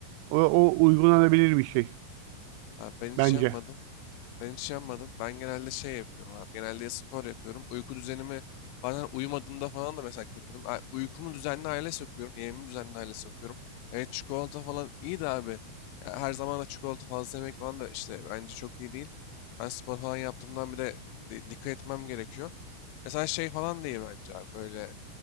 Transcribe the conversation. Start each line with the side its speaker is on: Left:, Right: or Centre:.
Right: O, o uygulanabilir bir şey
Left: Abi ben hiç
Right: bence.
Left: yapmadım. Ben hiç yapmadım. Ben genelde şey yapıyorum abi. Genelde ya spor yapıyorum. Uyku düzenimi bazen uyumadığımda falan da mesela kötü oluyorum. A- Uykumu düzenli hale sokuyorum. Yemeğimi düzenli hale sokuyorum. Evet çikolata falan iyi de abi. Ya her zaman da çikolata fazla yemek falan da işte bence çok iyi değil. Ben spor falan yaptığımdan bir de di- dikkat etmem gerekiyor. Mesela şey falan da bence abi böyle